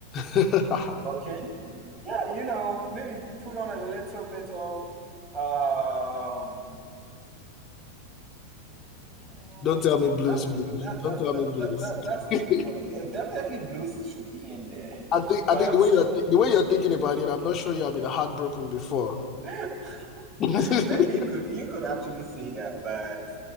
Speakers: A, on the left (about 30°); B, on the right (about 15°).
A: <laughs>
B: Okay. Yeah, you know, maybe put on a little bit of um, you know,
A: Don't tell me blues,
B: that's a
A: please.
B: good that
A: Don't
B: that
A: tell
B: that
A: me blues.
B: that, that that's a
A: <laughs>
B: good one. Eh, Definitely blues should be in there.
A: I think I
B: But
A: think the way you're the way you're thinking about it, I'm not sure you have been heartbroken before.
B: <laughs> maybe
A: <laughs>
B: you could you could actually say that, but